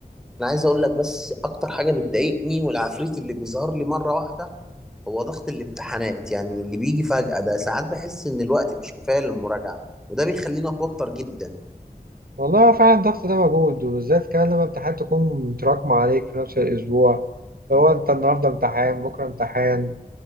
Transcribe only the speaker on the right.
والله هو فعلا الضغط ده موجود وبالذات كمان لما امتحانات تكون متراكمة عليك في نفس الأسبوع لو أنت النهاردة امتحان بكرة امتحان